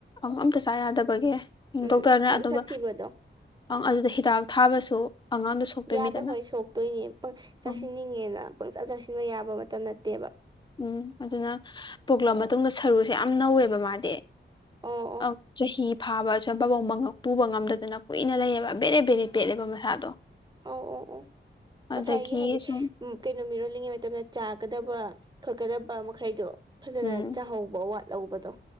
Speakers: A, on the left; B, on the right.
A: ꯑꯝꯇ ꯆꯥ ꯌꯥꯗꯕꯒꯦ
B: ꯎꯝ
A: ꯗꯣꯛꯇꯔꯅ
B: ꯌꯥꯝ
A: ꯑꯗꯨꯪ
B: ꯁꯥꯊꯤꯕꯗꯣ
A: ꯑꯗꯨꯗ ꯍꯤꯗꯥꯛ ꯊꯥꯕꯁꯨ ꯑꯉꯥꯡꯗꯣ ꯁꯣꯛꯇꯣꯏꯃꯤꯗꯅ
B: ꯌꯥꯗ ꯍꯣꯏ ꯁꯣꯛꯇꯣꯏꯅꯦ ꯆꯥꯁꯤꯟꯅꯤꯡꯉꯦꯅ
A: ꯑꯪ
B: ꯄꯪꯆꯥ ꯆꯥꯁꯤꯟꯕ ꯌꯥꯕ ꯃꯇꯝ ꯅꯠꯇꯦꯕ
A: ꯎꯝ ꯑꯗꯨꯅ ꯄꯣꯛꯂꯛꯑ ꯃꯇꯨꯡꯗ ꯁꯔꯨꯁꯦ ꯌꯥꯝ ꯅꯧꯋꯦꯕ ꯃꯥꯗꯤ
B: ꯑꯣ ꯑꯣ
A: ꯑ ꯆꯍꯤꯍꯤ ꯐꯥꯕ ꯑꯝ ꯄꯥꯕꯣꯡ ꯄꯨꯕ ꯉꯝꯗꯗꯅ ꯀꯨꯏꯅ ꯂꯩꯌꯦꯕ ꯕꯦꯔꯦ ꯕꯦꯔꯦ ꯄꯦꯠꯂꯦꯕ ꯃꯁꯥꯗꯣ <unintelligible>
B: ꯑꯣ ꯑꯣ ꯑꯣ ꯉꯁꯥꯏꯒꯤ
A: ꯑꯗꯒꯤ
B: ꯍꯥꯏꯗꯤ
A: ꯁꯨꯝ
B: ꯀꯩꯅꯣ ꯃꯤꯔꯣꯜꯂꯤꯉꯩ ꯃꯇꯝꯗ ꯆꯥꯒꯗꯕ ꯈꯛꯀꯗꯕ ꯃꯈꯩꯗꯣ ꯐꯖꯅ
A: ꯎꯝ
B: ꯆꯥꯍꯧꯕ ꯋꯥꯠꯍꯧꯕꯗꯣ